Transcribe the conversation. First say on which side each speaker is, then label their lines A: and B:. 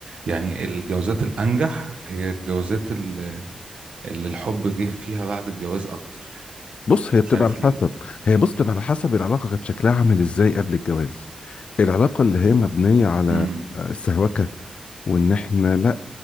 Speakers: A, on the right; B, on the left.
A: يعني الجوازات الانجح هي الجوازات ال- اللي الحب جه فيها بعد الجواز اكتر
B: بص هي بتبقى
A: مش عارف
B: على
A: ليه
B: حسب هي بص بتبقى على حسب العلاقه كانت شكلها عامل ازاي قبل الجواز العلاقه اللي هي مبنيه على
A: امم
B: السهوكه وان احنا لا